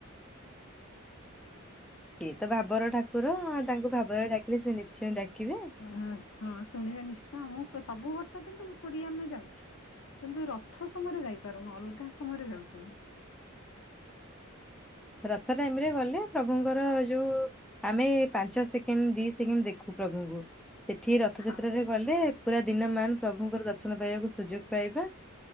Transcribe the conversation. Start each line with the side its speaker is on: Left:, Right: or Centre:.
Centre: ସିଏ ତ ଭାବର ଠାକୁର ତାଙ୍କୁ ଭାବରେ ଡାକିଲେ ସେ ନିଶ୍ଚୟ ଡାକିବେ।
Left: ହଁ। ହଁ ଶୁଣିବେ ନିଶ୍ଚୟ ମୁଁ ସବୁ ବର୍ଷ କିନ୍ତୁ ପୁରୀ ଆମେ ଯାଉଛୁ। କିନ୍ତୁ ରଥ ସମୟରେ ଯାଇପାରୁନୁ ଅଲଗା ସମୟରେ ଯାଉଛୁ।
Centre: ରଥ ଟାଇମରେ ଗଲେ ପ୍ରଭୁଙ୍କର ଯୋଉ ଆମେ ପାଞ୍ଚ ସେକେଣ୍ଡ ଦି ସେକେଣ୍ଡ ଦେଖୁ ପ୍ରଭୁଙ୍କୁ। ସେଠି ରଥଯାତ୍ରାରେ
Left: ହଁ
Centre: ଗଲେ ପୁରା ଦିନ ମ ପ୍ରଭୁଙ୍କର ଦର୍ଶନ ପାଇବାକୁ ସୁଯୋଗ ପାଇବା।